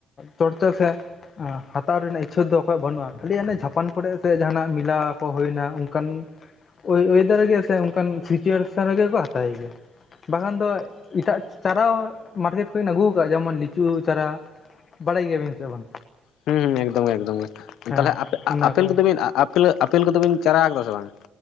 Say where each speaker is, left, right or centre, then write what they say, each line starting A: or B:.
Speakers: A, on the left; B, on the left.
A: ᱪᱚᱴᱪᱟ ᱥᱮ ᱦᱟᱛᱟᱣ ᱨᱮᱱᱟᱜ ᱤᱪᱪᱷᱚ ᱫᱚ ᱚᱠᱚᱭ ᱵᱟᱹᱱᱩᱜᱼᱟ, ᱠᱷᱟᱹᱞᱤ ᱦᱟᱱᱮ ᱡᱷᱟᱯᱟᱱ ᱠᱚᱨᱮᱜ ᱥᱮ ᱡᱟᱦᱟᱱᱟᱜ ᱢᱮᱞᱟ ᱠᱚ ᱦᱩᱭᱱᱟ ᱚᱝᱠᱟᱱ ᱳᱭ ᱳᱭᱮᱫᱟᱨᱮᱜᱮ ᱥᱮ ᱚᱝᱠᱟᱱ ᱥᱤᱪᱩᱭᱮᱥᱚᱱ ᱨᱮᱜᱮ ᱠᱚ ᱦᱟᱛᱟᱭ ᱜᱮᱭᱟ ᱾ ᱵᱟᱠᱷᱟᱱ ᱫᱚ ᱮᱴᱟᱜ ᱪᱟᱨᱟ ᱦᱚᱸ ᱢᱟᱨᱠᱮᱴ ᱠᱷᱚᱡ ᱵᱤᱱ ᱟᱹᱜᱩ ᱠᱟᱜᱼᱟ ᱡᱮᱢᱚᱱ ᱞᱤᱪᱩ ᱪᱟᱨᱟ ᱵᱟᱲᱟᱭ ᱜᱮᱭᱟᱵᱤᱱ ᱥᱮ ᱵᱟᱝ?
B: ᱦᱩᱸ ᱦᱩᱸ ᱮᱠᱫᱚᱢ ᱜᱮ ᱮᱠᱫᱚᱢ ᱜᱮ,
A: ᱦᱮᱸ
B: ᱛᱟᱦᱚᱞᱮ ᱟ-ᱟᱯᱮᱞ
A: ᱚᱱᱟ ᱠᱚ
B: ᱠᱚᱫᱚ ᱵᱤᱱ ᱟ-ᱟᱯᱮᱞ ᱠᱚᱫᱚᱵᱤᱱ ᱪᱟᱨᱟ ᱠᱟᱫᱟ ᱥᱮ ᱵᱟᱝ?